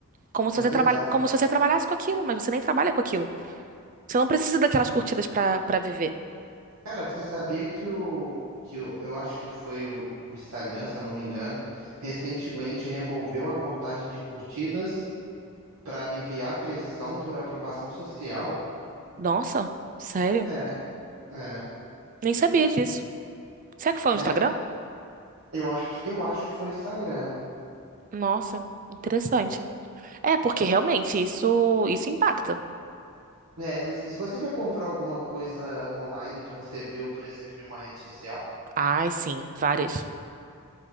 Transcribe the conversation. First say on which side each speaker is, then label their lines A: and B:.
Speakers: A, on the right; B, on the right.
A: Como se
B: É
A: você trabalha,
B: verdade.
A: como se você trabalhasse com aquilo, mas você nem trabalha com aquilo. Você não precisa daquelas curtidas pra, pra viver.
B: Cara, você sabia que o, que o, eu acho que foi o, o Instagram, se eu não me engano, recentemente removeu a contagem de curtidas para aliviar a pressão por aprovação social?
A: Nossa, sério?
B: É, é,
A: Nem sabia disso. Será que foi o
B: é.
A: Instagram?
B: Eu acho que, eu acho que foi o Instagram.
A: Nossa, interessante. É, porque realmente isso isso impacta.
B: É, você- se você já comprou alguma coisa online que você viu, por exemplo, em uma rede social?
A: Ai, sim, várias,